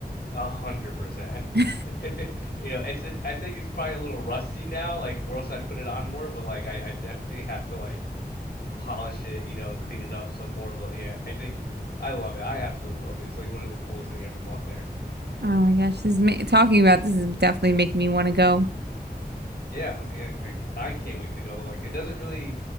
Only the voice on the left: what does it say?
A hundred percent.
<laughs> You know, it's it's I think it's probably a little rusty now, like or else I'd put it on more, but like I, I definitely have to like polish it, you know, and clean it up some more. But yeah, I think I love it. I absolutely love it. It's like one of the coolest thing I ever bought there.
Yeah, yeah, I I can't wait to go. Like it doesn't really